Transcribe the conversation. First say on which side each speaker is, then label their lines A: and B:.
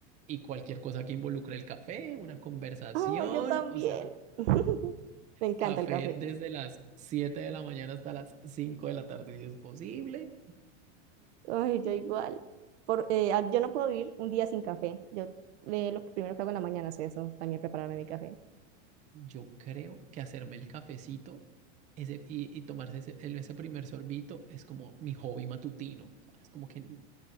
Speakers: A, on the right; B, on the right.
A: y cualquier cosa que involucre el café, una conversación,
B: Ah, yo también.
A: o sea,
B: <laughs> Me encanta
A: café
B: el café.
A: desde las 7 de la mañana hasta las 5 de la tarde si es posible.
B: Ay, yo igual. Por, eh, ah, yo no puedo vivir un día sin café. Yo eh, lo que primero que hago en la mañana es eso, también prepararme mi café.
A: Yo creo que hacerme el cafecito ese, y, y tomarse ese, el- ese primer sorbito es como mi hobby matutino, ¿sabes? Como que